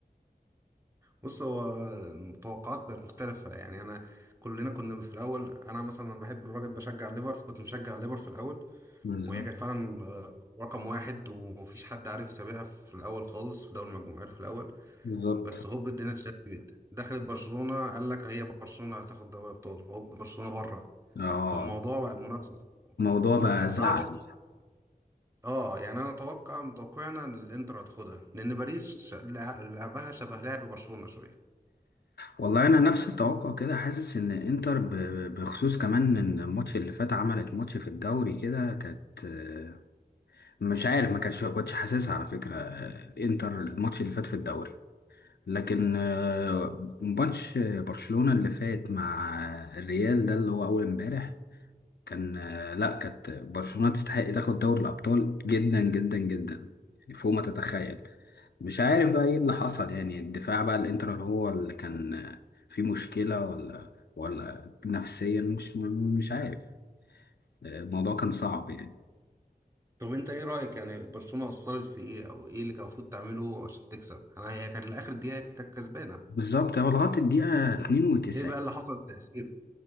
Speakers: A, on the right; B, on the left.
A: بص هو التوقعات بقت مختلفة يعني أنا كلنا كنا في الأول أنا مثلا أنا بحب الراجل بشجع ليفر فكنت مشجع ليفر في الأول
B: بالظبط
A: وهي كانت فعلا آه، رقم واحد ومفيش حد عارف يسابقها في الأول خالص في دوري المجموعات في الأول
B: بالظبط
A: بس هوب الدنيا اتشقلبت دخلت برشلونة قال لك هي برشلونة هتاخد دوري أبطال هوب برشلونة بره
B: اه
A: فالموضوع بقى منافسة
B: الموضوع بقى
A: بس
B: زعل
A: أنا أتوقع اه يعني انا اتوقع متوقع انا إن الانتر هتاخدها لان باريس ش- لع- لعبها شبه لعب برشلونة شويه
B: والله انا نفس التوقع كده حاسس ان انتر ب- ب- بخصوص كمان ان الماتش اللي فات عملت ماتش في الدوري كده كانت آه، مش عارف ما كانتش كنتش حاسسها على فكرة آه، الانتر الماتش اللي فات في الدوري لكن آه، ماتش برشلونة اللي فات مع الريال ده اللي هو اول امبارح كان آه، لا كانت برشلونة تستحق تاخد دوري الأبطال جدا جدا جدا يعني فوق ما تتخيل مش عارف بقى ايه اللي حصل يعني الدفاع بقى الانتر اللي هو اللي كان آه، فيه مشكلة ولا ولا نفسيا مش مش عارف آه، الموضوع كان صعب يعني
A: طب انت ايه رأيك يعني برشلونة قصرت في ايه او ايه اللي كان المفروض تعمله عشان تكسب انا هي كانت لاخر دقيقة كانت كسبانة
B: بالظبط هو لغاية الدقيقة 92
A: ايه بقى اللي حصل التأثير